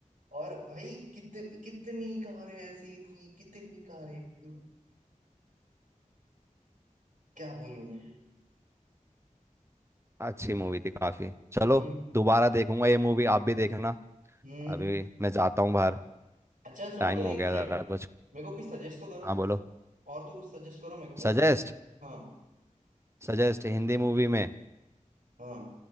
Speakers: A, on the right; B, on the right.
A: और भाई कित, कितनी कारें ऐसी थी कितनी कारें थी क्या बोलूं मैं
B: अच्छी मूवी थी काफी चलो
A: हम्म
B: दोबारा देखूंगा ये मूवी आप भी देखना
A: हम्म
B: अभी मैं जाता हूँ बाहर
A: अच्छा सुनो
B: टाइम
A: तो
B: हो
A: एक
B: गया
A: मिनट
B: जरा कुछ
A: मेरे को कुछ सजेस्ट तो करो
B: हाँ बोलो
A: और तो कुछ सजेस्ट करो मेरे को पहले
B: सजेस्ट
A: हाँ
B: सजेस्ट हिंदी मूवी में
A: हाँ